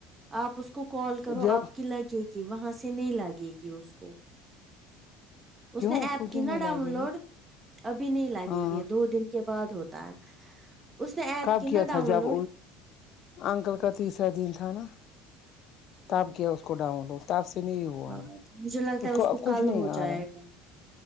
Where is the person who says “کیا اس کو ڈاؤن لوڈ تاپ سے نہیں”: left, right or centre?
Left